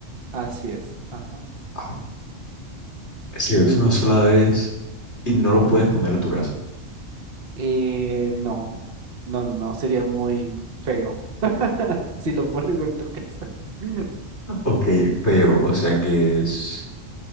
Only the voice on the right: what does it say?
Así es. Ajá.
Una
sola
vez.
Eh, no, no, no, no, sería muy feo <laughs> si lo pones en tu casa. <laughs>